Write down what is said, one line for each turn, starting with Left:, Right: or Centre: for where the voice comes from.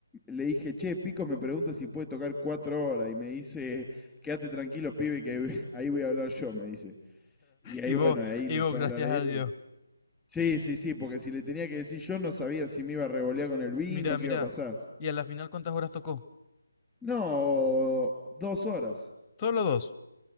Centre: le dije, che, Pico me pregunta si puede tocar cuatro horas, y me dice, quédate tranquilo, pibe, que ahí voy- <laughs> ahí voy a hablar yo, me dice. Y ahí,
Left: Y vos,
Centre: bueno, ahí
Left: y
Centre: le
Left: vos,
Centre: fue
Left: gracias
Centre: a hablar él.
Left: a Dios.
Centre: y- Sí, sí, sí, porque si le tenía que decir yo, no sabía si me iba a revolear con el vino,
Left: Mira,
Centre: qué
Left: mira.
Centre: iba a pasar.
Left: ¿Y a la final cuántas horas tocó?
Centre: No, dos horas.
Left: Solo dos.